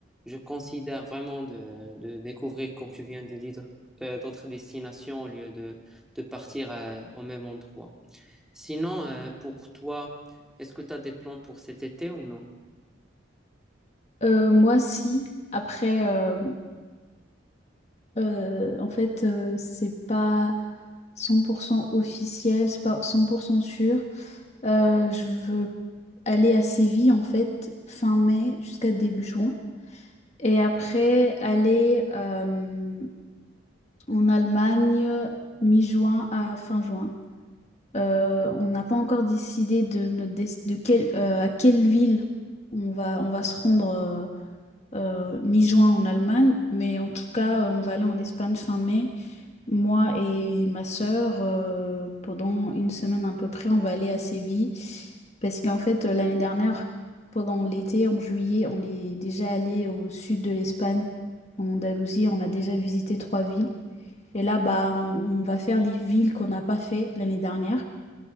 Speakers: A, in the centre; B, on the left (about 35°).
A: je considère vraiment de, de découvrir, comme tu viens de dire, euh, d'autres destinations au lieu de, de partir euh, au même endroit. Sinon, euh, pour toi, est-ce que tu as des plans pour cet été ou non?
B: Euh, moi, si. Après, euh, euh, en fait, euh, c'est pas 100% officiel, c'est pas 100% sûr. Euh, je veux aller à Séville, en fait, fin mai jusqu'à début juin. Et après, aller euh, en Allemagne mi-juin à fin juin. Euh, on n'a pas encore décidé de, notre des- de quelle- euh, à quelle ville on va, on va se rendre euh, euh, mi-juin en Allemagne, mais en tout cas, euh, on va aller en Espagne fin mai. Moi et ma sœur, euh, pendant une semaine à peu près, on va aller à Séville. Parce qu'en fait, euh, l'année dernière, pendant l'été, en juillet, on est déjà allé au sud de l'Espagne, en Andalousie. On a déjà visité trois villes. Et là, bah, on, on va faire les villes qu'on n'a pas fait l'année dernière.